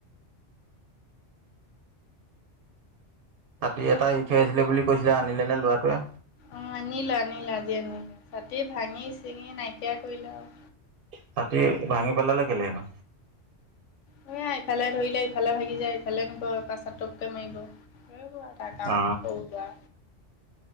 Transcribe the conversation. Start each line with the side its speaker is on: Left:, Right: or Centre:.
Right: ছাতি এটা এৰি থৈ আহিছিলে বুলি কৈছিলে আনিলে নে ল'ৰাটোৱে
Left: অ, আনিলো, আনিলা আজি আনিলো। এ ভাঙি-চিঙি নাইকিয়া কৰিলে আৰু।
Right: ছাতি ভাঙি পেলালে কেলেই নো?
Left: ধৰা ইফালে ধৰিলে ইফালে ভাগি যায়, ইফালে নিব তাপা চাটোপকে মাৰিব। হেইবোৰে আৰু তাৰ কাম
Right: অ
Left: সৰু লৰা